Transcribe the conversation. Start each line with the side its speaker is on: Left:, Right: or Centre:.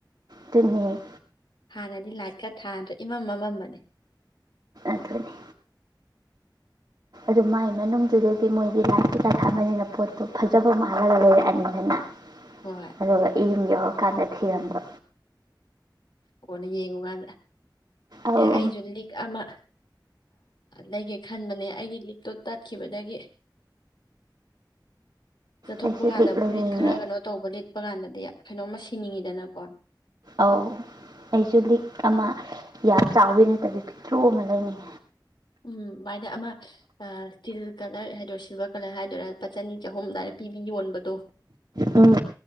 Right: ꯇꯝ
Left: ꯍꯥꯟꯅꯗꯤ ꯂꯥꯏꯠꯀ ꯊꯥꯗ꯭ꯔꯦ ꯏꯃꯝ ꯑꯃꯃꯝꯕꯅꯦ
Right: ꯑꯗꯨꯅꯤ ꯑꯗꯨ ꯃꯒꯤ ꯃꯅꯨꯡꯗꯨꯗꯗꯤ ꯃꯣꯏꯒꯤ ꯂꯥꯏꯐꯀꯤꯀꯥ ꯊꯝꯕꯅꯤꯅ ꯄꯣꯠꯇꯣ ꯐꯖꯕ ꯃꯥꯜꯂꯒ ꯂꯩꯔꯛꯑꯅꯤꯗꯅ
Left: ꯍꯣꯏ
Right: ꯑꯗꯨ ꯏ ꯌꯧꯔꯀꯥꯟꯗ ꯊꯤꯔꯝꯗꯣ
Left: ꯑꯣꯅ ꯌꯦꯡꯉꯨ ꯀꯥꯟꯗ
Right: ꯑꯧ
Left: ꯑꯦ ꯑꯩꯁꯨ ꯂꯤ ꯑꯃ ꯂꯩꯒꯦ ꯈꯟꯕꯅꯦ ꯑꯩꯒꯤ ꯂꯤꯛꯇꯣ ꯇꯠꯈꯤꯕꯗꯒꯤ ꯆꯠꯊꯣꯛꯄ
Right: ꯑꯩꯁꯨ
Left: ꯀꯥꯟꯗ
Right: ꯂꯤꯛ ꯂꯩꯅꯤꯡꯉꯦ
Left: ꯐꯨꯔꯤꯠ ꯈꯔ ꯀꯩꯅꯣ ꯇꯧꯕ ꯂꯤꯠꯄ ꯀꯥꯟꯗꯗꯤ ꯀꯩꯅꯣ ꯃꯁꯤꯡ ꯊꯤꯅꯤꯡꯉꯤꯗꯅꯀꯣ
Right: ꯑꯥꯎ ꯑꯩꯁꯨ ꯂꯤꯛ ꯑꯃ ꯌꯥꯝ ꯆꯥꯎꯕ ꯅꯠꯇꯕꯤ ꯄꯤꯇ꯭ꯔꯨ ꯑꯃ ꯂꯩꯅꯤꯦ
Left: ꯎꯝ ꯚꯥꯏꯅ ꯑꯃ ꯏꯁꯇꯤꯜ ꯀꯂꯔ ꯍꯥꯏꯗꯣꯏꯔꯥ ꯁꯤꯜꯚꯔ ꯀꯂꯔ ꯍꯥꯏꯗꯣꯏꯔ ꯂꯄꯥ ꯆꯅꯤ ꯆꯍꯨꯝ ꯑꯗꯨꯃꯥꯏꯅ ꯄꯤꯕꯤ ꯌꯣꯟꯕꯗꯣ
Right: ꯎꯝ